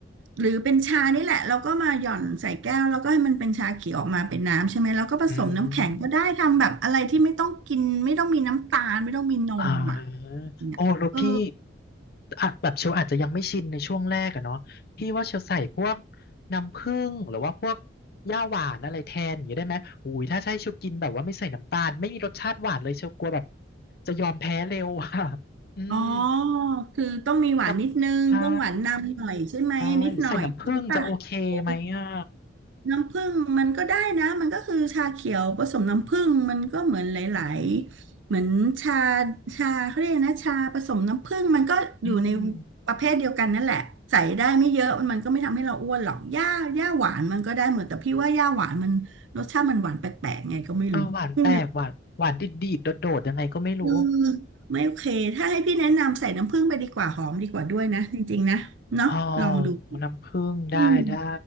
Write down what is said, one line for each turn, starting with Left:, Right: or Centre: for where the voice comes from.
Right: หรือเป็นชานี่แหละเราก็มาหย่อนใส่แก้วแล้วก็ให้มันเป็นชาเขียวออกมาเป็นน้ำใช่ไหมแล้วก็ผสมน้ำแข็งก็ได้ทำแบบอะไรที่ไม่ต้องกินไม่ต้องมีน้ำตาลไม่ต้องมีนมอ่ะ
Left: อืมอ่าโอ้แล้วพี่
Right: เนี่ยเออ
Left: อาจแบบเชลอาจจะยังไม่ชินในช่วงแรกอะเนาะพี่ว่าเชลใส่พวกน้ำผึ้งหรือว่าพวกย่าหวานอะไรแทนอย่างนี้ได้ไหมโอ้ยถ้าใช่เชลกินแบบว่าไม่ใส่น้ำตาลไม่มีรสชาติหวานเลยเชลกลัวแบบจะยอมแพ้เร็วอ่ะอืม
Right: อ๋อคือต้องมีหวานนิดนึงต้องหวานนำหน่อยใช่ไหมนิดหน่อยใช่ปะเออ
Left: น้ำใช่ใช่หรือใส่น้ำผึ้งจะโอเคไหมอ่ะ
Right: น้ำผึ้งมันก็ได้นะมันก็คือชาเขียวผสมน้ำผึ้งมันก็เหมือนหลายๆเหมือนชา
Left: อืม
Right: ชาเขาเรียกนะชาผสมน้ำผึ้งมันก็อยู่ใน
Left: อืม
Right: ประเภทเดียวกันนั่นแหละใส่ได้ไม่เยอะมันก็ไม่ทำให้เราอ้วนหรอกหญ้าหญ้าหวานมันก็ได้หมดแต่พี่ว่าหญ้าหวานมันรสชาติมันหวานแปลกๆไงก็ไม่รู้ใน
Left: เออหวานแปลกหวานหวานดีดดีดโดดโดดยังไงก็ไม่รู้
Right: เออไม่โอเคถ้าให้พี่แนะนำใส่น้ำผึ้งไปดีกว่าหอมดีกว่าด้วยนะจริงๆนะเนาะลองดู
Left: อ๋อน้ำผึ้งได้ได้
Right: อืม